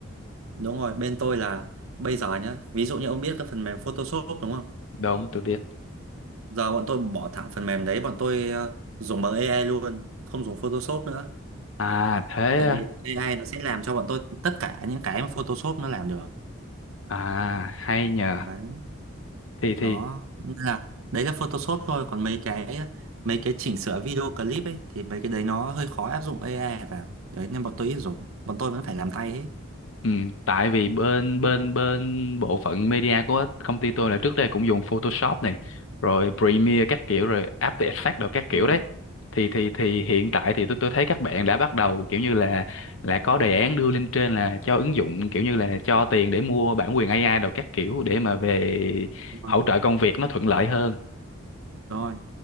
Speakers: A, on the right; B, on the left.
A: đúng rồi bên tôi là bây giờ nhá ví dụ như ông biết cái phần mềm Photoshop đúng không
B: Đúng, tôi biết.
A: giờ bọn tôi bỏ thẳng phần mềm đấy bọn tôi ờ, dùng bằng AI luôn không dùng Photoshop nữa
B: À thế
A: tại
B: à,
A: vì AI nó sẽ làm cho bọn tôi tất cả những cái mà Photoshop nó làm được
B: à hay nhờ.
A: đấy
B: Thì thì
A: đó nên là đấy là Photoshop thôi còn mấy cái mấy cái chỉnh sửa video clip ấy thì mấy cái đấy nó hơi khó áp dụng AI vào đấy nên bọn tôi ít dùng bọn tôi vẫn phải làm tay hết
B: Ừ, tại vì bên bên bên bộ phận media của công ty tôi là trước đây cũng dùng Photoshop này rồi Premiere các kiểu rồi After Effects đồ các
A: đúng
B: kiểu đấy
A: rồi
B: thì thì thì hiện tại thì tôi tôi thấy các bạn đã bắt đầu kiểu như là là có đề án đưa lên trên là cho ứng dụng kiểu như là cho tiền để mua bản quyền AI đồ các kiểu để mà về
A: đúng rồi,
B: hỗ trợ công việc nó thuận lợi hơn
A: rồi.